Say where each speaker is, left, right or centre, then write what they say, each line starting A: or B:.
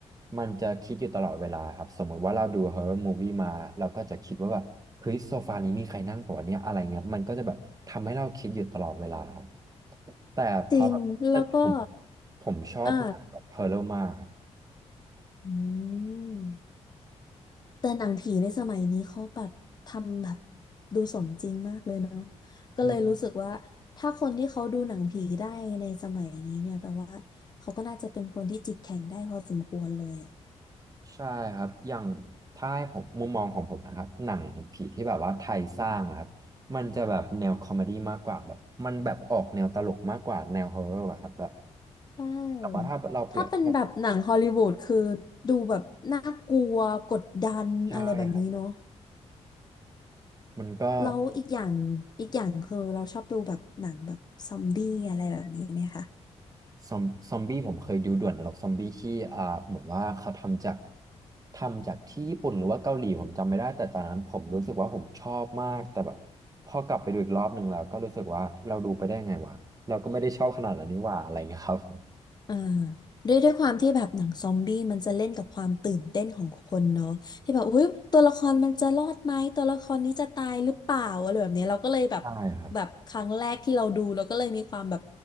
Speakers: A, on the right; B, on the left.
A: มันจะคิดอยู่ตลอดเวลาครับสมมติว่าเราดูฮอ r ์ o ร r m มู i วี่มาเราก็จะคิดว่าแบบเฮ้ยโซฟานี้มีใครนั่งปะวะเนี่ยอะไรเงี้ยมันก็จะแบบทำให้เราคิดอยู่ตลอดเวลาครับแต่พอแบบแต่ผม
B: จริงแล้วก็
A: ผมชอบหนังแบบฮอร์เรมากครั
B: อ่าอืมแต่หนังผีในสมัยนี้เขาแบบทำแบบดูสมจริงมากเลยเนาะก็เลยรู้สึกว่าถ้าคนที่เขาดูหนังผีได้ในสมัยนี้เนี่ยแปลว่าเขาก็น่าจะเป็นคนที่จิตแข็งได้พอสมควรเลยอะ
A: บ ใช่ครับ อย่างถ้าให้ผมมุมมองของผมนะครับหนังผีที่แบบว่าไทยสร้างอะครับมันจะแบบแนวคอมเมดี้มากกว่าแบบมันแบบออกแนวตลกมากกว่าแนวฮอร์เรอร์อะครับแบบ
B: ใช่
A: แต่ว่าถ้าเราเปรียบเทียบ
B: ถ้าเป็นแบบหนังฮอลลีวูดคือดูแบบน่ากลัวกดดันอะไรแบบนี้เนาะ
A: ใช่ครับมันก็
B: แล้วอีกอย่างอีกอย่างคือเราชอบดูแบบหนังแบบซอมบี้อะไรแบบนี้ไหมคะ
A: ซอมซอมบี้ผมเคยดูด่วนนรกซอมบี้ที่อ่าเหมือนว่าเขาทำจากทำจากที่ญี่ปุ่นหรือว่าเกาหลีผมจำไม่ได้แต่ตอนนั้นผมรู้สึกว่าผมชอบมากแต่แบบพอกลับไปดูอีกรอบหนึ่งแล้วก็รู้สึกว่าเราดูไปได้ไงวะเราก็ไม่ได้ชอบขนาดนั้นนี่หว่าอะไรเงี้ยครับผม
B: อ่าด้วยด้วยความที่แบบหนังซอมบี้มันจะเล่นกับความตื่นเต้นของคนเนาะที่แบบอุ้ยตัวละครมันจะรอดไหมตัวละครนี้จะตายหรือเปล่าอะไรแบบนี้เราก็เลยแบบ
A: ใช่ครับ
B: แบบครั้งแรกที่เราดูเราก็เลยมีความแบบ